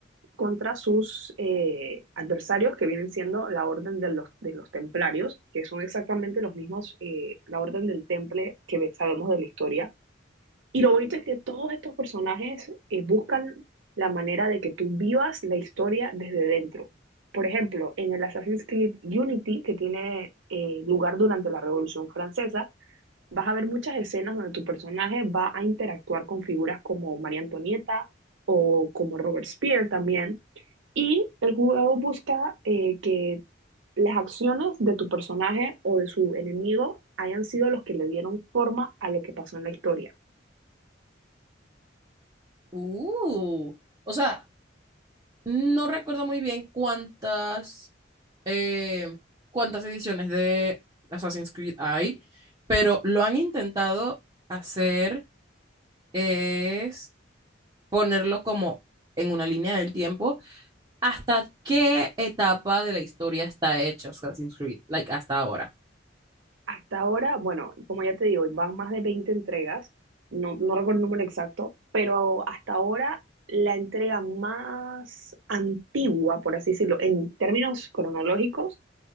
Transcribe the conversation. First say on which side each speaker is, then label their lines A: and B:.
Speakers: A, on the right; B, on the right.
A: contra sus eh, adversarios, que vienen siendo la orden de los, de los templarios, que son exactamente los mismos, eh, la orden del temple que sabemos de la historia. Y lo bonito es que todos estos personajes eh, buscan la manera de que tú vivas la historia desde dentro. Por ejemplo, en el Assassin's Creed Unity, que tiene eh, lugar durante la Revolución Francesa, vas a ver muchas escenas donde tu personaje va a interactuar con figuras como María Antonieta o como Robert Spear también, y el juego busca eh, que las acciones de tu personaje o de su enemigo hayan sido los que le dieron forma a lo que pasó en la historia.
B: Uh, o sea, No recuerdo muy bien cuántas, eh, cuántas ediciones de Assassin's Creed hay, pero lo han intentado hacer es ponerlo como en una línea del tiempo hasta qué etapa de la historia está hecha Assassin's Creed, like hasta ahora.
A: Hasta ahora, bueno, como ya te digo, van más de 20 entregas, no, no recuerdo el número exacto, pero hasta ahora la entrega más antigua, por así decirlo, en términos cronológicos,